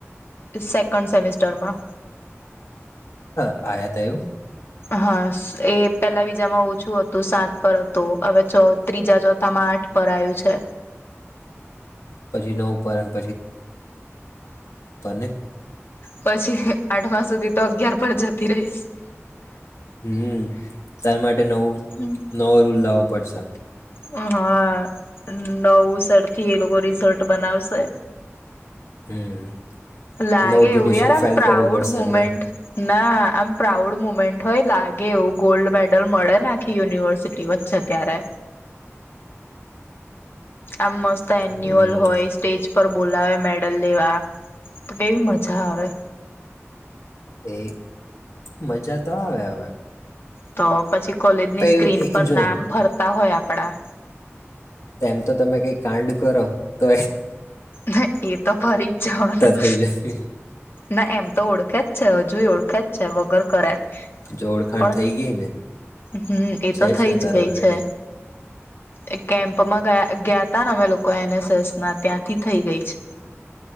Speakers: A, on the left; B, on the left.
A: સેકંડ સેમસ્ટર માં.
B: આયાત એમ
A: હા એ પેલા બીજામાં ઓછું હતું સાત પર હતું હવે ત્રીજા ચોથામાં આઠ પર આવયું છે.
B: પંછું નવ પરત. ને
A: પછી આઠમા સુધી તો અગયાર પણ જતી રહીશ.
B: હમ તાર માટે. માટે નવું
A: હમ.
B: નવો રૂલ લાવવો પડશે.
A: હા નવસર થી એ લોકો રિઝલ્ટ બનાવશે.
B: હમ
A: લાગે
B: નવું પિટિશન
A: એવું યાર
B: ફાઇલ
A: આમ પ્રાઉડ
B: કરવું પડશે
A: મુમેન્ટ.
B: એમને
A: ના આમ પ્રાઉડ મુમેન્ટ હોય લાગે એવું ગોલ્ડ મેડલ મળે ને. આખી યુનિવર્સિટી વચ્ચે ત્યારે. આમ મસ ત એન્યુઅલ
B: હમ
A: હોય સ્ટેજ પર બોલાવે મેડલ લેવા, તો કેવી મજા આવે.
B: એ મજા તો આવે હવે.
A: તો પછી કોલેજની
B: કઈ
A: સ્ક્રીન પર
B: જો
A: નામ ફરતા હોય આપડા.
B: એમ તો તમે કઈ કાંડ કરો તો
A: ના એ તો ફરી જ જવાનું,
B: થઈ જાય
A: ના એમ તો ઓળખ ખે જ છે હવે, જોયુ ઓળખે જ છે વગર કરે.
B: જો ઓળખાણ
A: પણ
B: થઈ ગઈ ને
A: હમ્મ એ
B: છે
A: તો થઈ
B: ને તાર
A: જ ગઈ
B: ઓલરેડી
A: છે, એ કેમ્પમાં ગયા ગયા ના-ના અમે લોકો એન એસ એસ ના ત્યાં થી થઈ ગઈ છે.